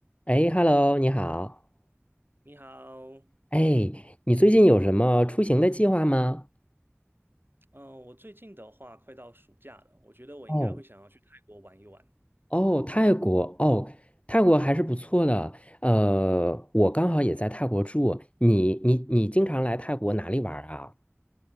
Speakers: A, on the left; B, on the right.
A: 哎，Hello，你好。
B: 你好，
A: 哎，你最近有什么出行的计划吗？
B: 嗯，我最近的话快到暑假了，我觉得我应该会想要去泰国玩一玩。
A: 哦哦，泰国哦，泰国还是不错的。呃，我刚好也在泰国住。你你你经常来泰国哪里玩儿啊？